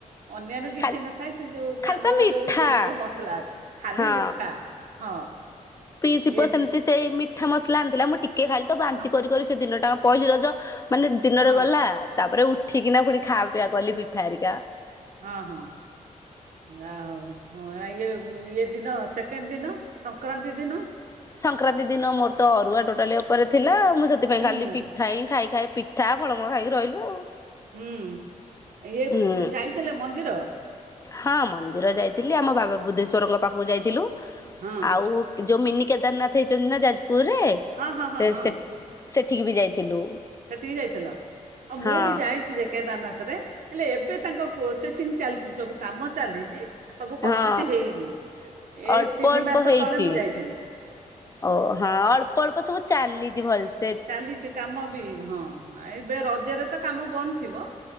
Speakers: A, on the right (about 80°); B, on the left (about 25°).
A: ଅନ୍ୟାନ୍ୟ କିଛି
B: ଖାଲି
A: ନ ଥାଏ ସେ ଯୋଉ
B: ଖାଲି
A: ପାନର
B: ତ ମିଠା
A: ଯୋଉ ଜେତିକ ମସଲା ଅଛି ଖାଲି
B: ହଁ।
A: ମିଠା ହଁ।
B: ଥିବ
A: ଇଏ
B: ସେମିତି ସେଇ ମି ଠା ମସଲା ଆଣିଦେଲା। ମୁଁ ଟିକିଏ ଖାଲି ତ ବାନ୍ତି
A: ହଁ
B: କରିିକରି ସେ ଦିନଟା ପହିଲି ରଜ ମାନେ ଦିନରେ
A: ହଁ
B: ଗଲା। ତାପରେ ଉଠିକିନା ପୁଣି ଖାଉ ପିବା କଲି ପିଠା ଆରିକା।
A: ହଁ ହଁ ଯା ହଉ। ହଁ ଇଏ ଇଏ ଦିନ ସେକେଣ୍ଡ ଦିନ ସଂକ୍ରାନ୍ତି ଦିନ।
B: ସଂକ୍ରାନ୍ତି ଦିନ ମୋର ତ ଅରୁଆ ଟୋଟାଲି ଉପରେ ଥିଲା ମୁଁ ସେଥିପାଇଁ
A: ହୁଁ
B: ଖାଲି
A: ହୁଁ
B: ପିଠା ହିଁ ଖାଇ ଖାଇ ପିଠା ଠା ଫଳମୂଳ ଖାଇକି ରହିଲୁ ଆଉ।
A: ହୁଁ ଇଏ
B: ହୁଁ।
A: ଯାଇଥିଲେ ମନ୍ଦିର।
B: ହଁ ମନ୍ଦିର ଯାଇଥିଲି ଆମ ବାବା ବୁଦ୍ଧେଶ୍ଵରଙ୍କ ପାଖକୁ ଯାଇଥିଲୁ
A: ହଁ
B: ଆଉ ଯେଉଁ ମିନି କେଦାରନାଥ ହେଇଛନ୍ତି ନା ଯାଜପୁରରେ
A: ହଁ ହଁ ହଁ
B: ସେ
A: ହଁ
B: ସେ ସେଠିକି ବି ଯାଇଥିଲୁ।
A: ସେଠିକି ଯାଇଥିଲ ଆଉ
B: ହଁ
A: ମୁଁ ବି ଯାଇଛି ଯେ କେଦାରନାଥରେ। ହେଲେ ଏବେ ତାଙ୍କ ପ୍ରୋସେସିଂ ଚାଲିଛି ସବୁ କାମ ଚାଲିଛି। ସବୁ କମ୍ପ୍ଲିଟ୍
B: ହଁ
A: ହେଇନି। ଏଇ
B: ଅଳ୍ପ
A: ତିନି
B: ଅଳ୍ପ
A: ମାସ
B: ହେଇଛି
A: ତଳେ ମୁଁ ଯାଇଥିଲି।
B: ଓ ହଁ ଅଳ୍ପ ଅଳ୍ପ ସବୁ ଚାଲିଛି ଭଲ ସେ।
A: ଚାଲିଛି କାମ ବି ହଁ ହଁ ଏବେ ରଜରେ ତ କାମ ବନ୍ଦ ଥିବ।